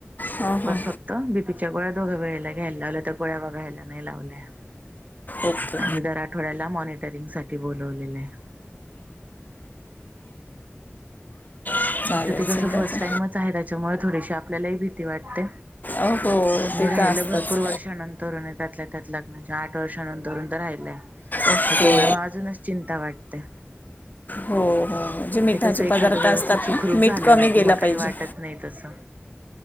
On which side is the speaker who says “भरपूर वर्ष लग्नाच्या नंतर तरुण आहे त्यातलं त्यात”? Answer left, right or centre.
Right